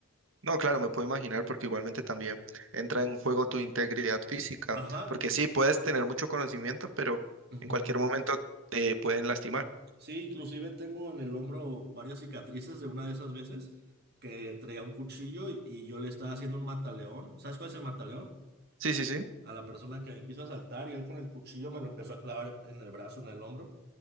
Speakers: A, on the right (about 65°); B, on the right (about 45°).
A: No, claro, me puedo imaginar porque igualmente también entra en juego tu integridad física,
B: Ajá.
A: porque sí, puedes tener mucho conocimiento, pero
B: ujú.
A: en cualquier momento te pueden lastimar.
B: Sí, inclusive tengo en el hombro varias cicatrices de una de esas veces que traía un cuchillo y, y yo le estaba haciendo un mataleón. ¿Sabes cuál es el mataleón?
A: Sí, sí, sí.
B: A la persona que me quiso asaltar y él con el cuchillo me lo empezó a clavar en el brazo, en el hombro.